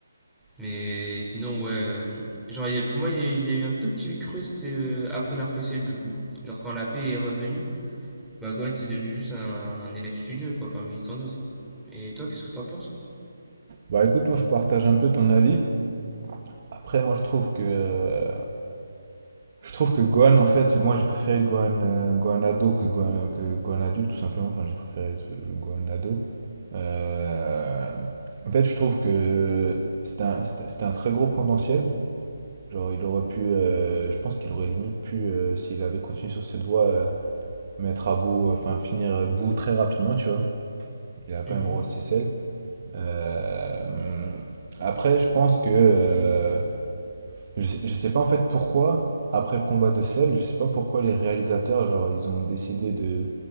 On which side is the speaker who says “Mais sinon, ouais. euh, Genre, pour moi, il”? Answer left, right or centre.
Centre